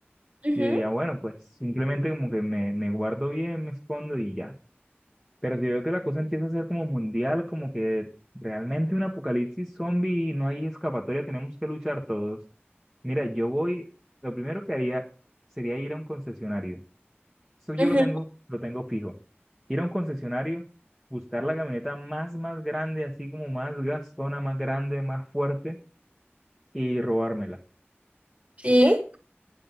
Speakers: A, on the right (about 35°); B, in the centre.
A: Ujú,
B: yo diría, bueno, pues simplemente como que me, me guardo bien, me escondo y ya. Pero si veo que la cosa empieza a ser como mundial, como que realmente un apocalipsis zombie y no hay escapatoria, tenemos que luchar todos. Mira, yo voy, lo primero que haría sería ir a un concesionario. Eso yo
A: ujú.
B: lo tengo, lo tengo fijo. Ir a un concesionario, buscar la camioneta más, más grande, así como más gastona, más grande, más fuerte, y robármela.
A: Sí.